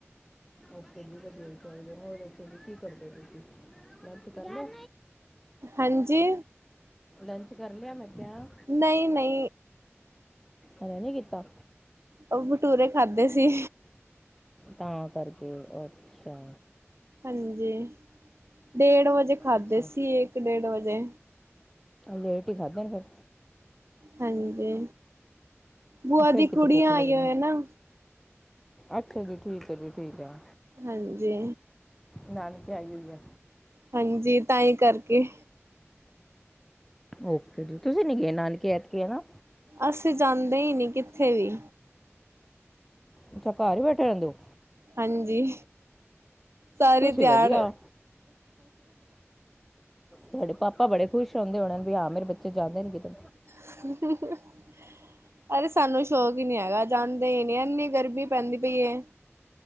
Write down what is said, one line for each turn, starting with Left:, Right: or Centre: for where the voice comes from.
Centre: ਓਕੇ ਜੀ ਵਧੀਆ ਹੀ ਚਾਹੀਦਾ ਹੋਰ ਦੱਸੋ ਕੀ ਕਰਦੇ ਪਏ ਸੀ। ਲੰਚ ਕਰ ਲਿਆ,
Right: ਹਾਂਜੀ
Centre: ਲੰਚ ਕਰ ਲਿਆ ਮੈਂ ਕਿਹਾ।
Right: ਨਈ-ਨਈ
Centre: ਹਜੇ ਨੀ ਕੀਤਾ।
Right: ਉਹ ਪਟੂਰੇ ਖਾਧੇ ਸੀ।
Centre: ਤਾਂ ਕਰਕੇ ਅੱਛਾ।
Right: ਹਾਂਜੀ ਡੇਢ ਵਜੇ ਖਾਧਦੇ
Centre: ਅੱਛਾ
Right: ਸੀ, ਇੱਕ ਡੇਢ ਵਜੇ।
Centre: ਲੇਟ ਹੀ ਖਾਧੇ ਨੇ ਫੇਰ।
Right: ਹਾਂਜੀ, ਬੂਆ
Centre: ਫਿਰ
Right: ਦੀ
Centre: ਕਿਤੇ
Right: ਕੁੜੀਆ
Centre: ਭੁੱਖ ਲੱਗਣੀ
Right: ਆਈਆ ਹੋਈ ਨਾ।
Centre: ਅੱਛਾ ਜੀ ਠੀਕ ਹੈ ਜੀ, ਠੀਕ ਹੈ।
Right: ਹਾਂਜੀ
Centre: ਨਾਨਕੇ ਆਈ ਹੋਈ ਆ
Right: ਹਾਂਜੀ, ਤਾਹੀ ਕਰਕੇ।
Centre: ਓਕੇ ਜੀ, ਤੁਸੀਂ ਨੀ ਗਏ ਨਾਨਕੇ ਐਤਕੀ ਹਨਾ।
Right: ਅਸੀਂ ਜਾਂਦੇ ਹੀ ਨੀ ਕਿੱਥੇ ਵੀ।
Centre: ਅੱਛਾ ਘਰ ਹੀ ਬੈਠੇ ਰਹਿੰਦੇ ਓ।
Right: ਹਾਂਜੀ, ਸਾਰੀ
Centre: ਤੁਸੀਂ
Right: ਤਿਆੜ
Centre: ਵਧੀਆ ਤੁਹਾਡੇ ਪਾਪਾ ਬੜੇ ਖੁਸ਼ ਹੌਦੇ ਹੋਨੇ ਵੀ ਹਾਂ ਮੇਰੇ ਬੱਚੇ ਜਾਂਦੇ ਨੇ ਕਿਤੇ।
Right: <unintelligible> ਅਰੇ ਸਾਨੂੰ ਸ਼ੌਕ ਹੀ ਨੀ ਹੈਗਾਜਾਂਦੇ ਹੀ ਨੀ ਇੰਨੀ ਗਰਮੀ ਪੈਂਦੀ ਪਈ ਏ।